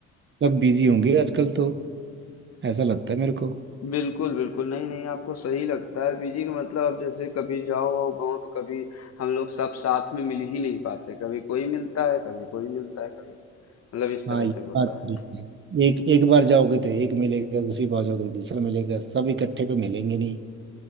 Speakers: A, on the right; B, on the left.
A: सब बिजी होंगे आजकल तो ऐसा लगता है मेरे को
B: बिल्कुल, बिल्कुल। नहीं, नहीं, आपको सही लगता है। पीजी का मतलब अब जैसे कभी जाओ आओ गाँव तो कभी हम लोग सब साथ में मिल ही नहीं पाते। कभी कोई मिलता है, कभी कोई मिलता है, कभी मतलब इस तरह
A: हाँ ये
B: से होता
A: बात
B: है।
A: ठीक है एक एक बार जाओगे तो एक मिलेगा दूसरी बार जाओगे तो दूसरा मिलेगा सब इकट्ठे तो मिलेंगे नहीं